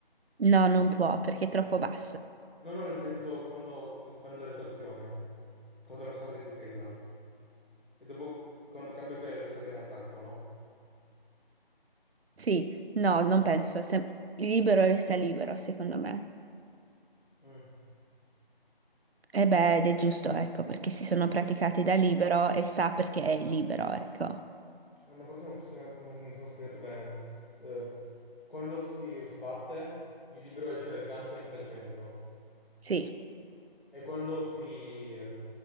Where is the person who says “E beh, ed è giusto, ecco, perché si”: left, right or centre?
Right